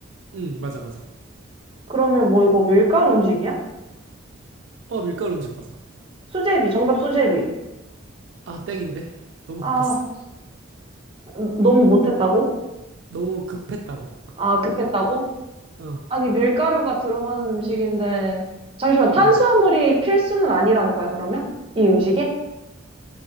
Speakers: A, on the right; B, on the right.
A: 응, 맞아, 맞아.
B: 그러면 뭐 이거 밀가루 음식이야?
A: 어, 밀가루 음식 맞아.
B: 수제비, 정답 수제비.
A: 아, 땡인데? <laughs> 너무
B: 아,
A: 급했어.
B: 음, 너무 못했다고?
A: 너무 급했다고.
B: 아, 급했다고?
A: 어,
B: 아니, 밀가루가 들어가는 음식인데, 잠시만,
A: 음.
B: 탄수화물이 필수는 아니라는 거야, 그러면? 이 음식에?